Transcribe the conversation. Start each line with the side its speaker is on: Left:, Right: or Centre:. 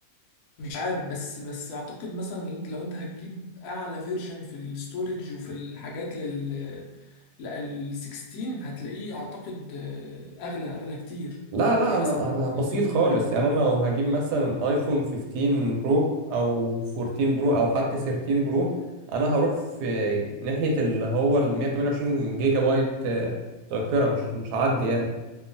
Left: مش عارف بس بس اعتقد مثلا ان انت لو انت هتجيب اعلى فيرجن في الاستورج وفي الحاجات لل لا ال 16 هتلاقيه اعتقد آه، اغلى اغلى كتير
Right: لا
Left: هتلاقيه
Right: لا انا
Left: مثلا
Right: انا بسيط
Left: 80
Right: خالص
Left: عامل
Right: يعني
Left: له
Right: انا لو هجيب مثلا ايفون 15 برو او 14 برو او حتى 13 برو انا هروح في ناحية اللي هو ال 128 جيجا بايت آه، ذاكرة مش مش هعدي يعني